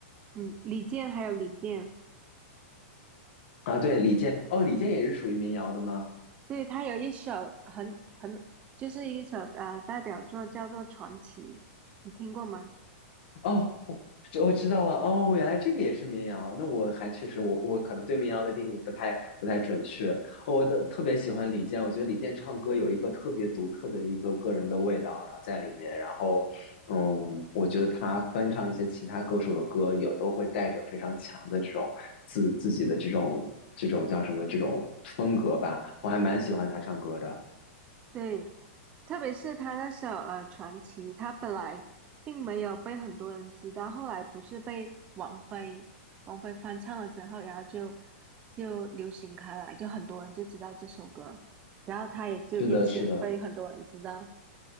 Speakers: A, on the right (about 20°); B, on the left (about 50°).
A: 嗯，李健还有李健，
B: 啊。对，李健，哦，李健也是属于民谣的吗？
A: 对他有一首很很就是一首呃代表作叫做《传奇》，你听过吗？
B: 哦，我知我知道了。哦，原来这个也是民谣。那我还确实，我我可能对民谣的定义不太不太准确。哦我的特别喜欢李健，我觉得李健唱歌有一个特别独特的一个个人的味道，然后在里面。然后，嗯，我觉得他翻唱一些其他歌手的歌，也都会带着非常强的这种自自己的这种这种叫什么这种风格吧。我还蛮喜欢他唱歌的。
A: 对，特别是他那首呃《传奇》，他本来并没有被很多人知道，后来不是被王菲王菲翻唱了之后，然后就就流行开来，就很多人就知道这首歌，然后他也就因此被很多人知道。
B: 是的，是的。